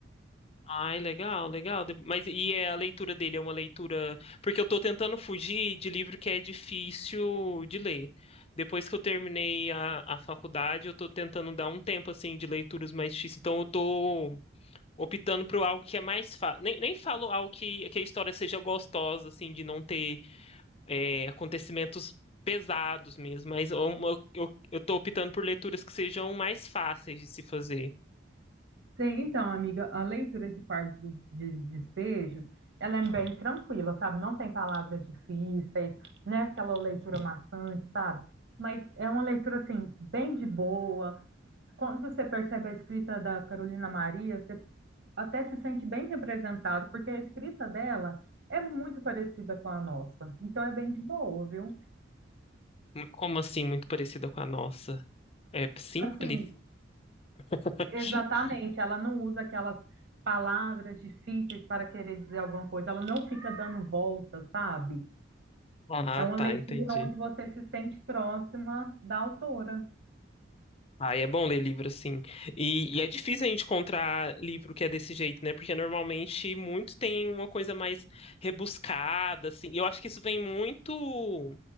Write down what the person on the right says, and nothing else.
Sim, então, amiga, a leitura de parte do de despejo, ela é bem tranquila, sabe? Não tem palavras difíceis, não é aquela leitura maçante, sabe? Mas é uma leitura, assim, bem de boa. Quando você percebe a escrita da Carolina Maria, você até se sente bem representado, porque a escrita dela é muito parecida com a nossa. Então, é bem de boa, viu?
Assim,
Exatamente, ela não usa aquelas palavras difíceis para querer dizer alguma coisa, ela não fica dando volta, sabe?
É uma
leitura
onde você se sente próxima da autora.